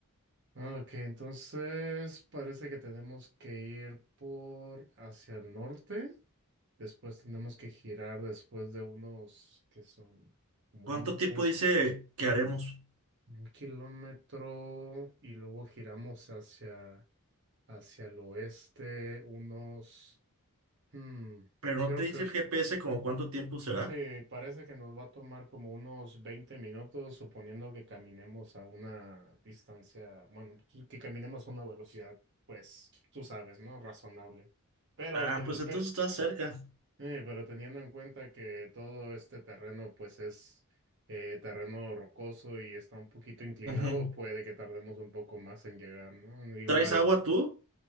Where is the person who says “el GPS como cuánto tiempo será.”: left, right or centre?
Right